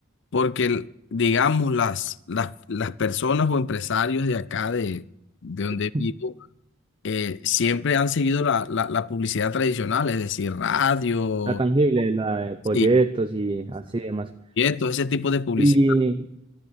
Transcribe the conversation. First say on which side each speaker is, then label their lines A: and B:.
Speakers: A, on the left (about 60°); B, on the right (about 25°).
A: porque el- digamos las, las, las personas o empresarios de acá, de, de donde
B: <laughs>
A: vivo, eh, siempre han seguido la, la, la publicidad tradicional, es decir, radio,
B: la tangible, la de proyectos
A: sí,
B: y así demás.
A: todo ese tipo de publicidad.
B: ¿Y,